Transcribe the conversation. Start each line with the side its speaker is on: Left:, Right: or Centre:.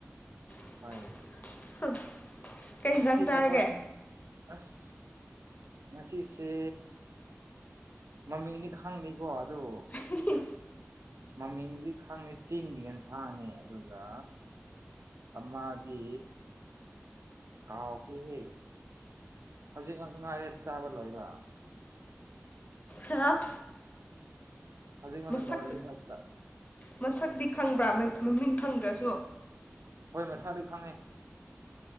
Left: <unintelligible>
Right: ꯍꯣꯏ
Left: ꯍꯝ ꯀꯩ ꯍꯤꯡꯖꯥꯡ
Right: ꯁꯤ
Left: ꯆꯥꯔꯒꯦ
Right: ꯊꯕꯛꯅꯤ ꯑꯁ ꯉꯁꯤ ꯁꯦ ꯃꯃꯤꯡꯗꯤ ꯈꯪꯗꯦꯀꯣ ꯑꯗꯨ
Left: ꯍꯤꯍꯤ
Right: ꯃꯃꯤꯡꯗꯤ ꯈꯪꯗꯦ ꯆꯤꯡꯒꯤ ꯌꯦꯟꯁꯥꯅꯤ ꯑꯗꯨꯒ ꯑꯃꯗꯤ ꯀꯥꯎꯈ꯭ꯔꯦꯍꯦ ꯍꯧꯖꯤꯛ ꯉꯥꯛꯇ ꯉꯥꯏꯔꯦ ꯆꯥꯕ ꯂꯣꯏꯕ
Left: ꯍꯥ
Right: ꯍꯧꯖꯤꯛ ꯉꯥꯛꯇ
Left: ꯃꯁꯛ
Right: ꯂꯣꯢꯌꯦꯕ ꯆꯥ
Left: ꯃꯁꯛꯇꯤ ꯈꯪꯕ꯭ꯔꯥ ꯃꯃꯤꯡ ꯈꯪꯗ꯭ꯔꯁꯨ
Right: ꯍꯣꯏ ꯃꯁꯛꯗꯤ ꯈꯪꯉꯦ